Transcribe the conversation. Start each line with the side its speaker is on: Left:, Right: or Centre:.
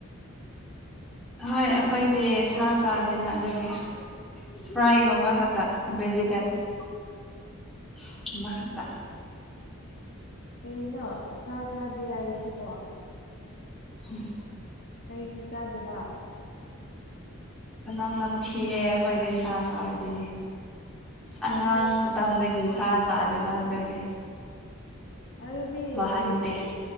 Centre: ꯍꯣꯏ ꯑꯩꯈꯣꯏꯗꯤ ꯁꯥ ꯆꯥꯗꯦꯅ ꯑꯗꯨꯒꯤ ꯐ꯭ꯔꯥꯏꯒꯨꯝꯕ
Left: ꯀꯩꯒꯤ
Centre: ꯈꯛ ꯦꯖꯤꯇꯦꯕꯜ ꯈꯠꯇ
Left: ꯀꯩꯅꯣ ꯁꯥ ꯆꯥꯗꯦ ꯍꯥꯏ ꯁꯤꯕꯣ
Centre: ꯎꯝ
Left: ꯀꯔꯤꯒꯤ ꯆꯥꯗꯕ
Centre: ꯃꯅꯝ ꯅꯝ ꯊꯤꯑ ꯑꯩꯈꯣꯏꯗꯤ ꯁꯥ ꯆꯥꯔꯗꯤ ꯑꯉꯥꯡ
Left: ꯑꯦ
Centre: ꯃꯇꯝꯗꯒꯤ ꯁꯥ ꯆꯥꯗꯦꯕ ꯑꯗꯒꯤ꯫
Left: ꯑꯗꯨꯗꯤ
Centre: ꯍꯩꯇꯦ
Left: ꯀꯩ ꯀꯩ